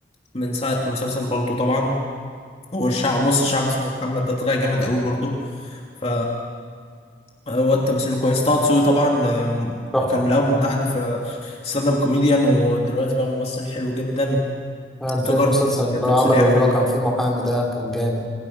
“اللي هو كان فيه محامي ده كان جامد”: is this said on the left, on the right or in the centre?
Centre